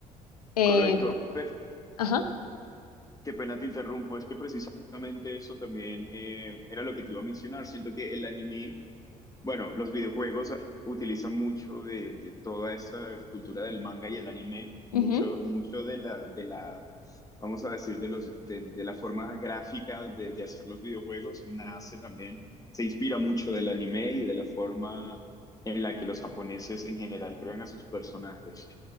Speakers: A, on the left (about 85°); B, on the left (about 20°).
A: Eh,
B: correcto, pero
A: ajá,
B: qué pena te interrumpo, es que precisamente eso también eh, era lo que te iba a mencionar. Siento que el anime Bueno, los videojuegos ah, utilizan mucho de, de toda esta cultura del manga y el anime, mucho,
A: ujú,
B: mucho de la, de la, vamos a decir, de los, de, de la forma gráfica de, de hacer los videojuegos, nace también, se inspira mucho del anime y de la forma en la que los japoneses en general crean a sus personajes.